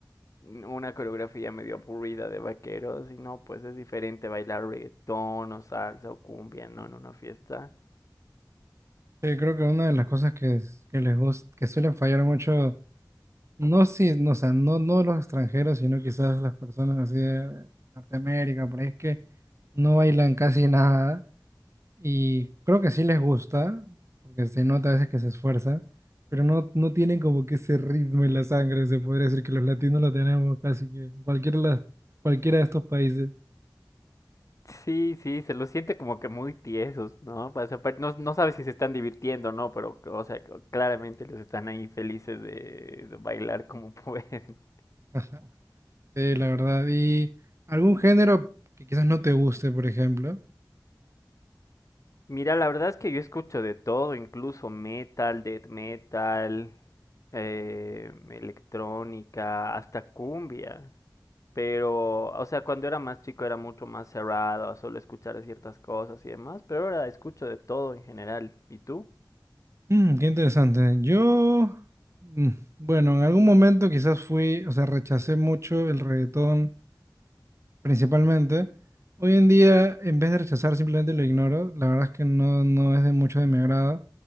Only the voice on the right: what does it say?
Sí, creo que una de las cosas que, que les gusta, que suelen fallar mucho, no si, no, o sea, no, no los extranjeros, sino quizás las personas así de Norteamérica, por ahí es que no bailan casi nada Y creo que sí les gusta, porque se nota a veces que se esfuerzan, pero no, no tienen como que ese ritmo en la sangre, se podría decir que los latinos lo tenemos casi que en cualquier la- cualquiera de estos países.
Ajá. Sí, la verdad. ¿Y algún género que quizás no te guste, por ejemplo?
Mm, qué interesante. Yo, mm, bueno, en algún momento quizás fui, o sea, rechacé mucho el reggaetón principalmente. Hoy en día, en vez de rechazar, simplemente lo ignoro. La verdad es que no, no es de mucho de mi agrado.